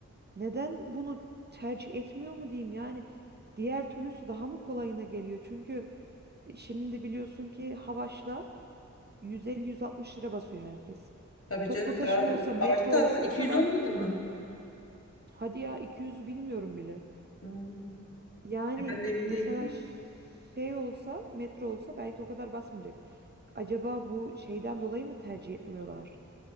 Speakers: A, on the right; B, on the left.
A: neden bunu tercih etmiyor mu diyeyim yani diğer türlüsü daha mı kolayına geliyor? Çünkü şimdi biliyorsun ki Havaş'la 150-160 lira basıyor herkes.
B: Tabii
A: Toplu
B: canım
A: taşıma
B: daha
A: olsa metro
B: arttı
A: olsa
B: hatta 200
A: o kadar
B: olmadı mı?
A: hadi ya 200 bilmiyorum bile.
B: Hmm.
A: Yani
B: Ben de emin
A: mesela
B: değilim.
A: ş- şey olsa metro olsa belki o kadar basmayacak. Acaba bu şeyden dolayı mı tercih etmiyorlar?